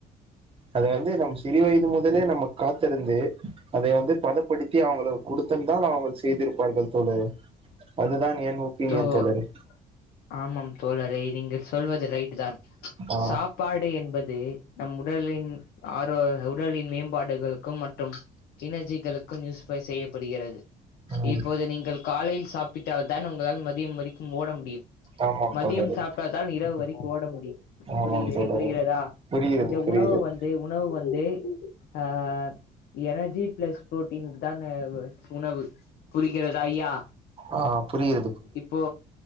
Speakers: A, on the right; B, on the left.
A: அதை வந்து நம் சிறு வயது முதலே நம்ம காத்திருந்து அதை வந்து பதப்படுத்தி அவங்ளுக்கு குடுத்திருந்தால் அவங்கள் செய்திருப்பார்கள் தோழரே அதுதான் என்
B: <unintelligible>
A: ஒப்பீனியன் தோழரே
B: ஆமாம் தோழரே நீங்கள் சொல்வது ரைட்டு தான்
A: ஆ
B: சாப்பாடு என்பது நம் உடலின் ஆரோ உடலின் மேம்பாடுகளுக்கும் மற்றும் இணர்ஜி உங்ளுக்கும் யூசிபை செய்யப்படுகிறது
A: ம்
B: இப்போது நீங்கள் காலையில் சாப்பிட்டால்தான் உங்கள் உங்களால் மதியம் வரைக்கும் ஓட முடியும்
A: ஆமாம்
B: மதியம்
A: தோழரே
B: சாப்பிட்டால்தான் இரவு வரைக்கு ஓட முடியும்
A: ஆமாம்
B: புரி
A: தோழரே
B: புரிகிறதா
A: புரிகிறது
B: இங்க
A: புரிகிறது
B: உணவு வந்து உணவு வந்து அ எனர்ஜி பிளஸ் பு்ரோட்டீனுக்கு தான உணவு புரிக்கிறதா ஐயா
A: அ புரிகிற
B: இப்போ